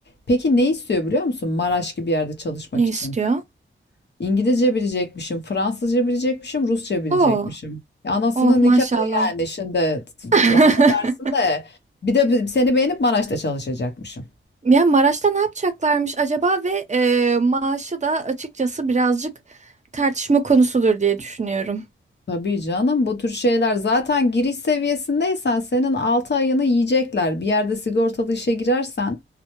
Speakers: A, on the left; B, on the right.
A: Peki ne istiyor biliyor musun? Maraş gibi yerde çalışmak
B: Ne
A: için.
B: istiyor?
A: İngilizce bilecekmişim, Fransızca bilecekmişim, Rusça bilecekmişim.
B: Oo.
A: Ya anasının
B: Oh maşallah.
A: nikahı yani şimdi t-
B: <laughs>
A: t- affedersin de bir de bi- seni beğenip Maraş'ta çalışacakmışım.
B: Ya Maraş'ta ne yapacaklarmış acaba ve e, maaşı da açıkçası birazcık tartışma konusudur diye düşünüyorum.
A: Tabii canım bu tür şeyler zaten giriş seviyesindeysen senin 6 ayını yiyecekler. Bir yerde sigortalı işe girersen